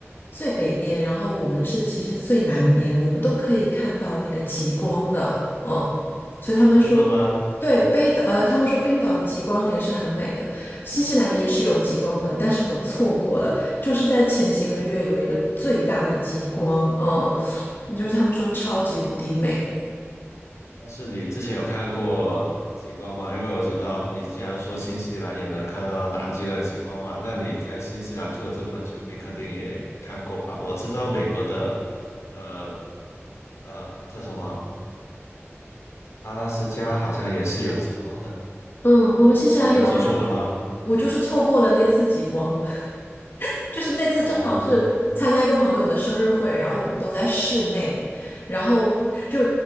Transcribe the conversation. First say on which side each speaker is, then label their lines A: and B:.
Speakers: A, on the left; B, on the left.
A: 最北边，然后我们是其实是最南边，我们都可以看到那个极光的，嗯。所以他们说，
B: 哦，真的吗？
A: 对，北岛，呃，他们说冰岛的极光也是很美的，新西兰也是有极光的，但是我错过了，就是在前几个月有一个最大的极光，嗯，就是他们说超级无敌美，
B: 但是你之前有看过极光吗？因为我知道你既然说新西兰也能看到南极的极光嘛，那你在新西兰住了这么久，你肯定也看过吧？我知道美国的，呃呃，叫什么阿拉斯加好像也是有极光的，
A: 嗯，我们新西兰有啊，
B: 如果没记错的话。
A: 我我就是错过了那次极光，<laughs> 就是那次正好是参加一个朋友的生日会，
B: 哦
A: 然后我们都在室内，然后就